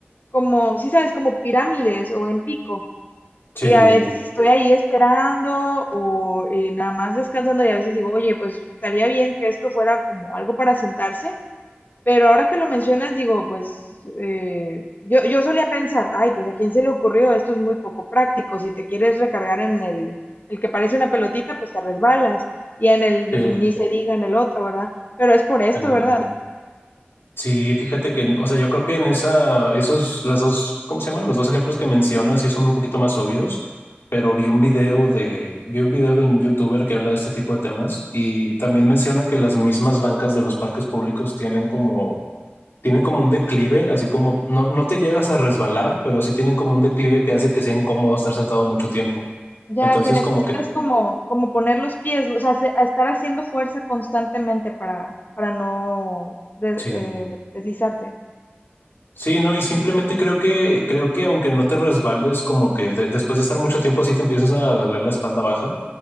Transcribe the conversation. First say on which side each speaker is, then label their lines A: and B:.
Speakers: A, on the left; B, on the left.
A: como, si sabes, como pirámides o en pico.
B: sí,
A: Y a veces estoy ahí esperando o eh, nada más descansando y a veces digo, oye, pues estaría bien que esto fuera como algo para sentarse, pero ahora que lo mencionas digo, pues eh, yo, yo solía pensar, ay, pues a quién se le ocurrió, esto es muy poco práctico, si te quieres recargar en el, el que parece una pelotita, pues te resbalas y en el,
B: sí,
A: ni se diga en el otro, ¿verdad? Pero es por esto,
B: en el
A: ¿verdad?
B: Sí, fíjate que, o sea, yo creo que en esa, esos, las dos, ¿cómo se llaman? Los dos ejemplos que mencionas sí son un poquito más obvios, pero vi un video de, vi un video de un youtuber que habla de este tipo de temas y también menciona que las mismas bancas de los parques públicos tienen como, tienen como un declive, así como, no, no te llegas a resbalar, pero sí tienen como un declive que hace que sea incómodo estar sentado mucho tiempo.
A: Ya
B: Entonces,
A: que necesitas
B: como que,
A: como, como poner los pies, o sea, se- a estar haciendo fuerza constantemente para, para no de-
B: sí.
A: eh, deslizarte.
B: Sí, no, y simplemente creo que, creo que aunque no te resbales, como que de- después de estar mucho tiempo así te empiezas a doler la espalda baja.